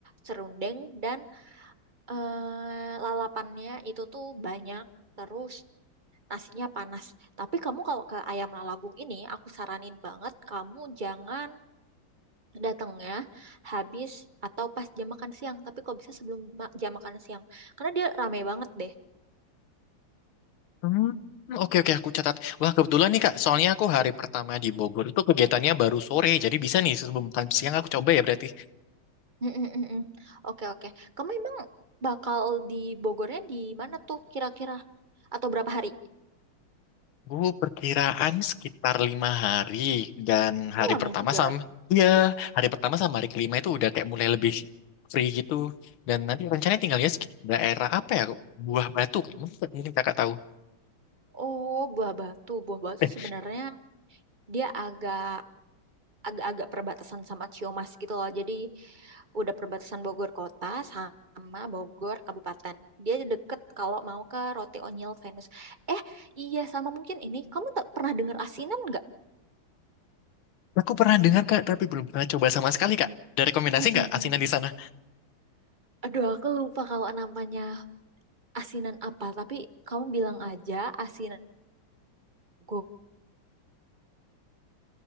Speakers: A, on the right; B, on the left.
A: serundeng dan eh, lalapannya itu tuh banyak. Terus nasinya panas. Tapi kamu kalau ke ayam lalagung ini, aku saranin banget kamu jangan datangnya habis atau pas jam makan siang. Tapi kok bisa sebelum ma- jam makan siang. Karena dia rame banget deh.
B: Hmm, Oke, oke, aku catat. Wah, kebetulan nih, Kak. Soalnya aku hari pertama di Bogor itu kegiatannya baru sore. Jadi bisa nih, sebelum siang aku coba ya berarti.
A: Mm-mm, mm-mm. Oke, oke. Kamu emang bakal di Bogornya di mana tuh kira-kira? Atau berapa hari?
B: Gue perkiraan sekitar lima hari dan hari
A: Oh, lama
B: pertama
A: juga.
B: sama ya hari pertama sama hari kelima itu udah kayak mulai lebih free gitu dan nanti rencananya tinggalnya sekit- daerah apa ya Buah Batu Kak. mungkin, mungkin kakak tahu
A: Oh, Buah Batu. Buah Batu
B: eh
A: sebenarnya dia agak agak-agak perbatasan sama Ciumas gitu loh. Jadi udah perbatasan Bogor kota sama Bogor kabupaten. Dia deket kalau mau ke Roti Onyil Venus. Eh, iya sama mungkin ini. Kamu tak pernah dengar asinan nggak?
B: aku pernah dengar kak tapi belum pernah coba sama sekali kak ada rekomendasi
A: <laughs>
B: nggak asinan di sana
A: Aduh, aku lupa kalau namanya. asinan apa tapi kamu bilang aja asinan gue